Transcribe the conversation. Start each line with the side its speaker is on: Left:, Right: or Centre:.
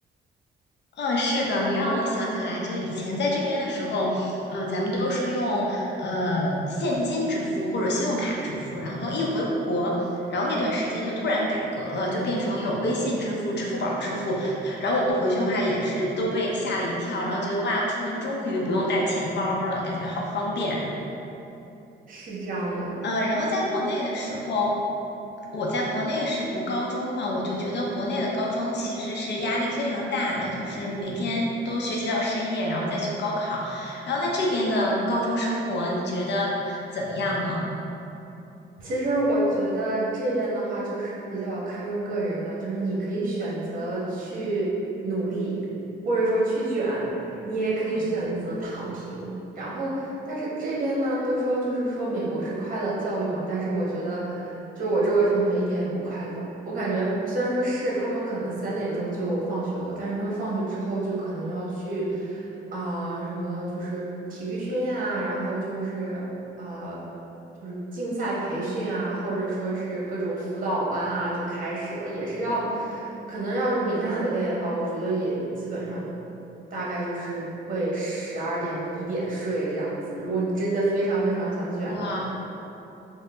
Left: 嗯，是的，你让我想起来，就以前在这边的时候，呃，咱们都是用呃现金支付或者信用卡支付，然后一回国，然后那段时间就突然改革了，就变成有微信支付、支付宝支付，然后我回去的话也是都被吓了一跳，然后觉得哇，出门终于不用带钱包了，感觉好方便。
Right: 是这样的。
Left: 呃，然后在国内的时候，我在国内是读高中嘛，我就觉得国内的高中其实是压力非常大的，就是每天都学习到深夜，然后再去高考。然后那这边的高中生活，你觉得怎么样呢？
Right: 其实我觉得这边的话，就是比较看重个人了，就是你可以选择去努力，或者说去卷，你也可以选择躺平。
Left: 嗯，
Right: 然后，但是这边呢，都说就是说美国是快乐教育嘛，但是我觉得，就我周围同学一点也不快乐。我感觉虽然说是他们可能三点钟就放学了，但是他们放学之后就可能要去啊、什么就是体育训练啊，然后就是呃就是竞赛培训啊，或者说是各种辅导班啊就开始了，也是要可能要是每天很累的话，我觉得也基本上。大概就是会十二点一点睡这样子。如果你真的非常非常想卷的
Left: 哇。